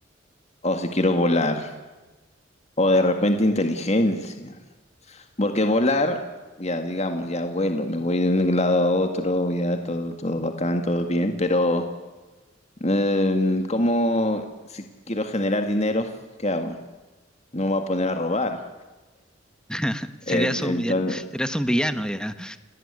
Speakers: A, on the left; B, in the centre.
A: o si quiero volar. O de repente inteligencia. Porque volar, ya digamos, ya vuelo, me voy de un lado a otro, ya todo, todo bacán, todo bien, pero em, ¿cómo si quiero generar dinero, qué hago? No me voy a poner a robar.
B: <laughs> Serías
A: En- Entonces,
B: un, villano- serías un villano ya.